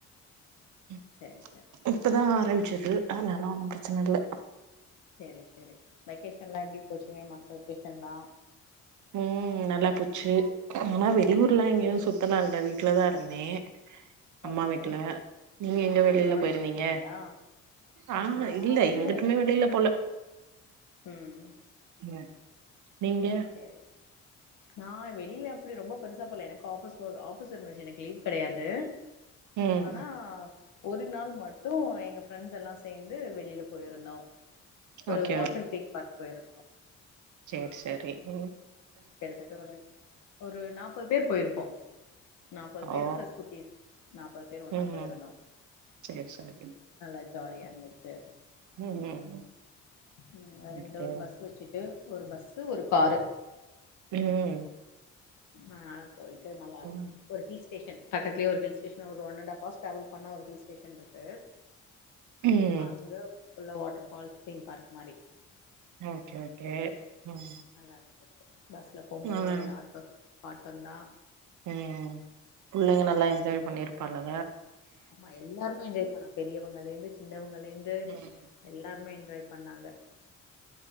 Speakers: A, on the right (about 75°); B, on the left (about 80°).
A: <unintelligible>
B: சேரி சேரி
A: இப்பதான் ஆரம்பிச்சது அதனால ஒன்னும் பிரச்சன இல்ல
B: சேரி சேரி வெக்கேஷன்ல்லாம் எப்படி போச்சு மே மாச வெக்கேஷன்ல்லாம்
A: உம் நல்லா போச்சு ஆனா வெளியூர்லாம் எங்கேயும்
B: ம்
A: சுத்தலாம் இல்ல வீட்லதான் இருந்தேன் அம்மா
B: ஓகே
A: வீட்டுல நீங்க எங்க வெளில
B: அம்மா
A: போயிருந்தீங்க
B: வீட்டுக்கு போய்ட்டீங்களா
A: ஆஹா
B: நானு
A: இல்ல எங்கட்டுமே
B: எனக்கு
A: வெளியில போல
B: ம்
A: <unintelligible> நீங்க
B: சேரி நான் வெளியில அப்படி ரொம்ப பெருசா போல எனக்கு ஆபீஸ் போக ஆபீஸ் இருந்துச்சு எனக்கு லீவ் கிடையாது
A: ம்
B: ஆனா ஒரு நாள் மட்டும் எங்க ஃப்ரெண்ட்ஸ் எல்லாம் சேர்ந்து வெளியில போயிருந்தோம் ஒரு
A: ஓகே
B: வாட்டர் தீம் பார்க் போயிருந்தோம்
A: செர் செரி ம்
B: கிட்டத்தட்ட ஒரு ஒரு நாப்பது பேர் போயிருப்போம் நாப்பது
A: ஓ
B: பேர் ப்ளஸ் குட்டிஸ் நாப்பது பேர் ஒன்னா
A: ம்
B: போயிருந்தோம்
A: ம் சேரி சேரி
B: நல்லா ஜாலியா இருந்துச்சு
A: ம் ம்
B: உம் ரெண்டு
A: ஓகே
B: ஒரு பஸ் வச்சுட்டு ஒரு பஸ்ஸு ஒரு காரு
A: உம்
B: அதனால போயிட்டு நல்லா
A: ம்
B: ஒரு ஹில் ஸ்டேஷன் பக்கத்துலயே ஒரு ஹில் ஸ்டேஷன் ஒரு one and half hours travel பண்னா ஒரு ஹில் ஸ்டேஷன் இருக்கு
A: ம்
B: அங்க ஃபுல்லா வாட்டர்ஃபால்ஸ் தீம் பார்க் மாரி
A: ஓகே ஓகே ம்
B: நல்லா இருக்கும் பஸ்ல போம்போதும்
A: ம்
B: ஒரே ஆட்டோ பாட்டம் தா
A: ம் புள்ளைங்க நல்லா என்ஜாய் பண்ணி இருப்பாங்கல்ல
B: ஆமா எல்லாருமே என்ஜாய் பன்னாங்க பெரியவுங்கல இருந்து சின்னவுங்கலே இருந்து
A: ம்
B: எல்லாருமே என்ஜாய் பண்ணாங்க